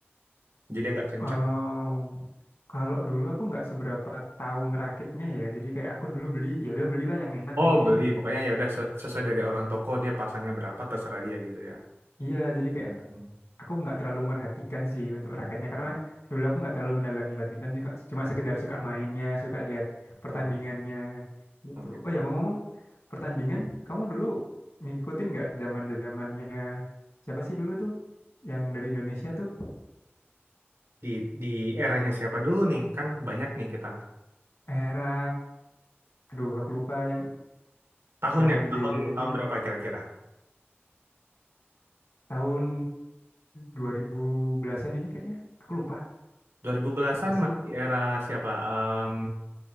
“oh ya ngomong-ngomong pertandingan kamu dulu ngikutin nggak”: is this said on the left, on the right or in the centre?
Left